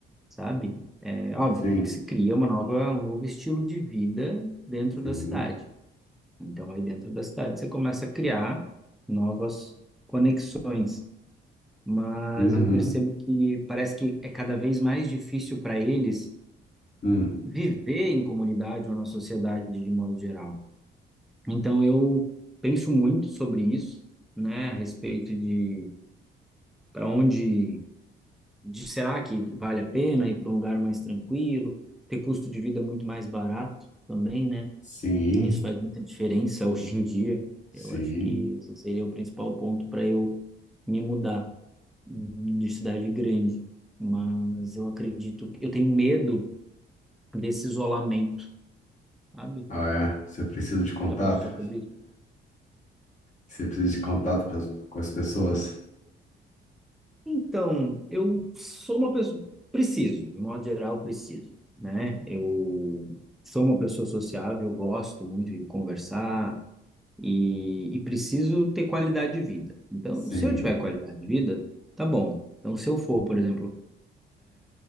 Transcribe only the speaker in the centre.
sabe? É óbvio
que se cria uma nova, um novo estilo de vida dentro
da cidade. Então, aí dentro da cidade você começa a criar novas conexões, mas
eu percebo que parece que é cada vez mais difícil para eles
viver em comunidade ou na sociedade de modo geral. Então eu penso muito sobre isso, né, a respeito de para onde de será que vale a pena ir para um lugar mais tranquilo, ter custo de vida muito mais barato também, né?
Isso faz muita diferença <laughs> hoje em dia.
Eu acho que esse seria o principal ponto para eu me mudar de cidade grande. Mas eu acredito que eu tenho medo desse isolamento, sabe?
Você já pensou sobre isso?
Então, eu sou uma pessoa, preciso, de modo geral, preciso, né? Eu sou uma pessoa sociável, eu gosto muito de conversar e, e preciso ter qualidade de vida. Então,
se eu tiver qualidade de vida, tá bom. Então, se eu for, por exemplo,